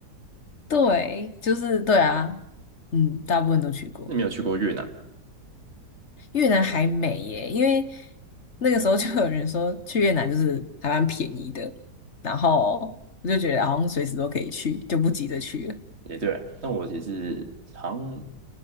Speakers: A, on the left; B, on the right.
A: 对，就是对啊，嗯，大部分都去过。
B: 那没有去过越南。
A: 越南还美耶，因为那个时候就有人说去越南就是还蛮便宜的，然后我就觉得好像随时都可以去，就不急着去了。
B: 也对啊，但我也是好像